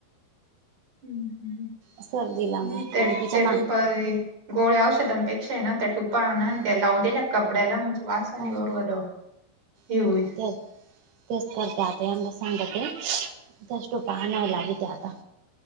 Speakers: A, on the right; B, on the right.
A: ह्
B: सर्दीला मग
A: मी त्या
B: तिच्या
A: त्या
B: ना
A: टुपाय गोळ्या औषधांपेक्षाय ना त्या टुपा आणा
B: हम्म
A: त्या लावून दिल्या कपड्याला म वासाणी
B: हम्म
A: बरोबर. हे
B: <inaudible>
A: होईल.
B: तेच करते आता यांला सांगते त्यास टोप्या आनाय लाविते आता.